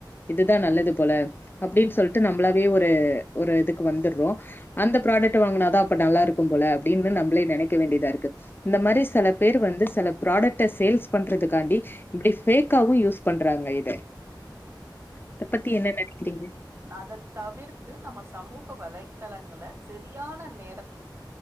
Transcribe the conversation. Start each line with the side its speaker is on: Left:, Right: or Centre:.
Left: இதுதான் நல்லது போல அப்படின்னு சொல் டு நம்மளாவே ஒரு ஒரு இதுக்கு வந்துடுறோம் அந்த ப்ராடக்ட் வாங்கினாதான் அப்ப நல்லா இருக்கும் போல அப்படின்னு நம்மள நினைக்க வேண்டியதா இருக்கு இந்த மாரி சில பேர் வந்து சில புராடக்ட சேல்ஸ் பண்றதுக்காண்டி இப்படி ஃபேக்காவும் யூஸ் பண்றாங்க இத அத பத்தி என்ன நினைக்கிறீங்க
Right: அத தவிர்த்து நம்ம சமூக வலைத்தளங்க சரியான நேரத்து